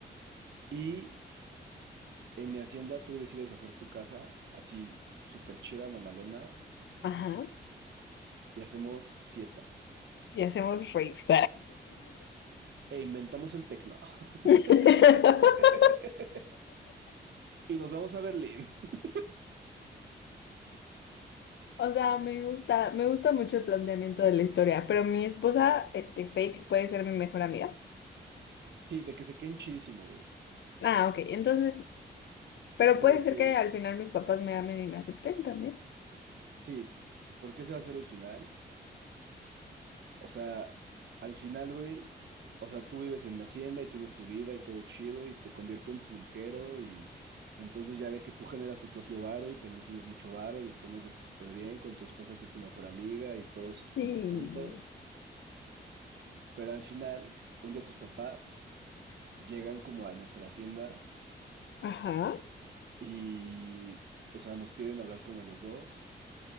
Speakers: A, on the right; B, on the left.
A: Y en mi hacienda tú decides hacer tu casa así súper chida, mamalona,
B: Ajá.
A: y hacemos fiestas.
B: Y hacemos raves.
A: E inventamos el tecno.
B: <laughs>
A: <laughs> Y nos vamos a Berlín. <laughs>
B: O sea, me gusta, me gusta mucho el planteamiento de la historia, pero mi esposa, este, Faith, puede ser mi mejor amiga.
A: Sí, de que se queden chidísimo, güey.
B: Ah, ok, entonces sí. Pero
A: O sea,
B: puede
A: de que,
B: ser que al final mis papás me amen y me acepten también.
A: sí, porque ese va a ser el final. O sea, al final, güey, o sea, tú vives en mi hacienda y tienes tu vida y todo chido y te convierto en pulquero y entonces ya de que tú generas tu propio varo y también tienes mucho varo y estamos de que súper bien con tu esposa que es tu mejor amiga y todos como
B: Sí.
A: juntos. Pero al final, un día tus papás llegan como a nuestra hacienda
B: Ajá.
A: y, o sea, nos piden hablar como los dos.